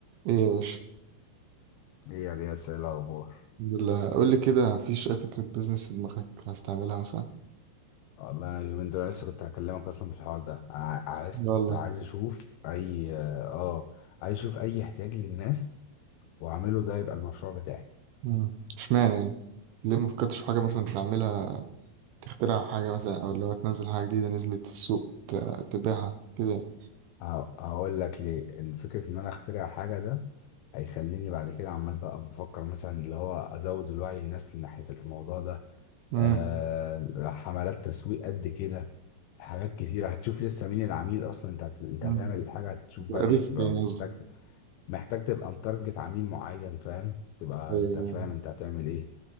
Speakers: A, on the right; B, on the left.
A: ايه يا باشا
B: ايه يا رياس ايه الاخبار
A: الحمد لله قول لي كده مفيش اي فكره بيزنس في دماغك عايز تعملها مثلا
B: والله انا اليومين دول لسه كنت هكلمك اصلا في الحوار ده ع- عايز
A: لا والله
B: عايز اشوف اي اه عايز اشوف اي احتياج للناس واعمله ده يبقى المشروع بتاعي
A: امم اشمعنى يعني ليه ما فكرتش في حاجه مثلا تعملها تخترع حاجه مثلا او اللي هو تنزل حاجه جديده نزلت في السوق ت- تبيعها كده
B: ه- هقول لك ليه ان فكره ان انا اخترع حاجه ده هيخليني بعد كده عمال بقى بفكر مثلا اللي هو ازود الوعي الناس من ناحيه الموضوع ده
A: امم
B: أه حملات تسويق قد كده حاجات كتيرة هتشوف لسه مين العميل اصلا انت هت... انت
A: امم
B: هتعمل الحاجة هتشوف بقى
A: ريسك
B: ايه تبقى
A: يعني
B: محتاج
A: قصدي
B: محتاج تبقى متارجت عميل معين فاهم تبقى
A: أيوة.
B: انت فاهم انت هتعمل ايه